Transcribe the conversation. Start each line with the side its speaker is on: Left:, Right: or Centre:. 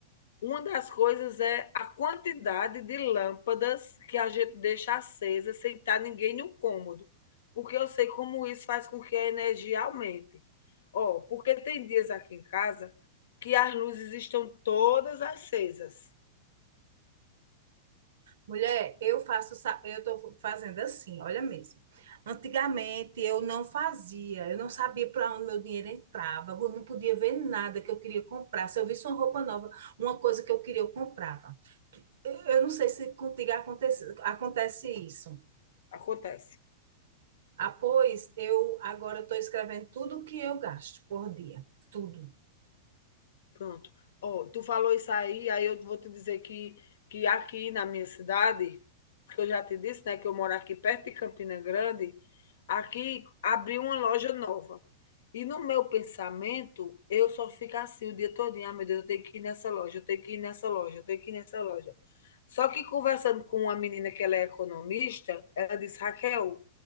Left: Uma das coisas é a quantidade de lâmpadas que a gente deixa acesa sem estar ninguém no cômodo, porque eu sei como isso faz com que a energia aumente. Ó, porque tem dias aqui em casa que as luzes estão todas acesas.
Right: Mulher, eu faço, sa- eu tô fazendo assim, olha mesmo. Antigamente eu não fazia, eu não sabia para onde meu dinheiro entrava, eu não podia ver nada que eu queria comprar. Se eu visse uma roupa nova, uma coisa que eu queria, eu comprava. eu não sei se contigo acontece, acontece isso.
Left: Acontece.
Right: Após, eu agora estou escrevendo tudo o que eu gasto por dia. Tudo.
Left: Pronto. Ó, tu falou isso aí, aí eu vou te dizer que, que aqui na minha cidade, que eu já te disse, né, que eu moro aqui perto de Campina Grande, aqui abriu uma loja nova. E no meu pensamento, eu só fico assim o dia todinho, ah, meu Deus, eu tenho que ir nessa loja, eu tenho que ir nessa loja, eu tenho que ir nessa loja. Só que conversando com uma menina que ela é economista, ela disse, Raquel,